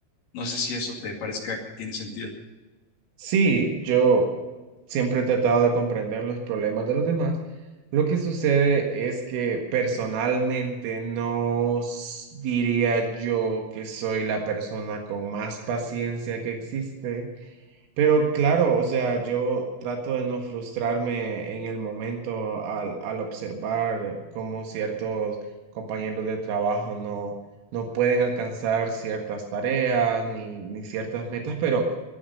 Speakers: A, on the left; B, on the right.
A: No sé si eso te parezca que tiene sentido.
B: Sí, yo siempre he tratado de comprender los problemas de los demás. Lo que sucede es que personalmente no s- diría yo que soy la persona con más paciencia que existe, pero claro, o sea, yo trato de no frustrarme en el momento al, al observar cómo ciertos compañeros de trabajo no, no pueden alcanzar ciertas tareas ni, ni ciertas metas, pero...